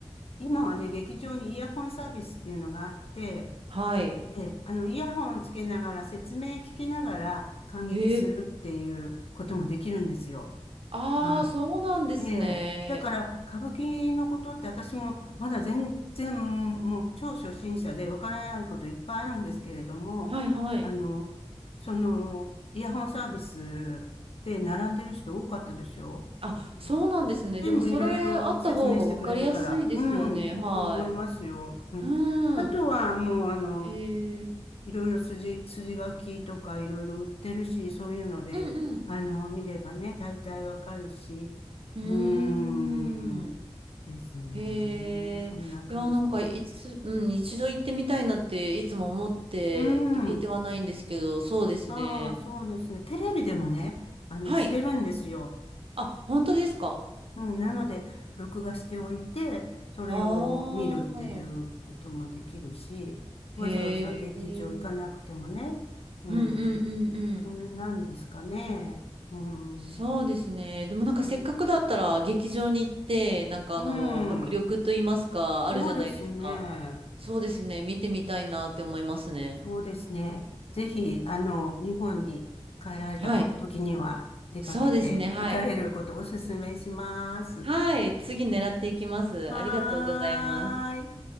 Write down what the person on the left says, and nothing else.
今はね、劇場にイヤホンサービスっていうのがあって、
ええ、あの、イヤホンつけながら説明聞きながら観劇するっていうこともできるんですよ。
は
いええ。だから、歌舞伎のことって私もまだ全然もう超初心者でわからないこといっぱいあるんですけれども、
あの、その、イヤホンサービスで並んでる人多かったでしょうん
全部いろいろ説明してくれるから、
うん、いいと思いますよ。
うん。
あとはもうあの、
いろいろ筋、筋書きとかいろいろ売ってるし、そういうので、
あの、見ればね、大体わかるし、
うーん、
ですね。
そんな感じです。
うーん、
ああ、そうですね。テレビでもね、あの、
してるんですよ。
うん、なので、録画しておいて、それを見るっていうこともできるし、
わざわざ劇場行かなくてもね、
うん、
そんなんですかね。うん。
う
ん
うん。
そうですね。
そうですね。ぜひ、あの、日本に帰られたこ時には出かけて行かれることをお勧めします。
はーい。